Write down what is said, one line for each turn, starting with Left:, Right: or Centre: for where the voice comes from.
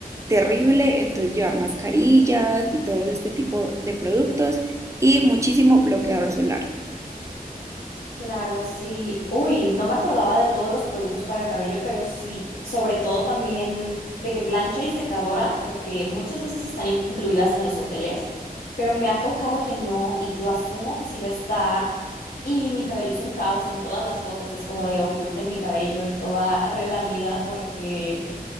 Right: terrible, entonces llevar mascarillas y todo este tipo de productos y muchísimo bloqueador solar.
Left: Claro, sí. Uy, no me acordaba de todos los productos para el cabello, pero sí, sobre todo también de que plancha y secadora, porque muchas veces están in- incluidas en los hoteles, pero me ha tocado que no y yo asumo que sí va a estar y mi cabello es un caos y en todas las fotos es como de oculten mi cabello y toda relamida porque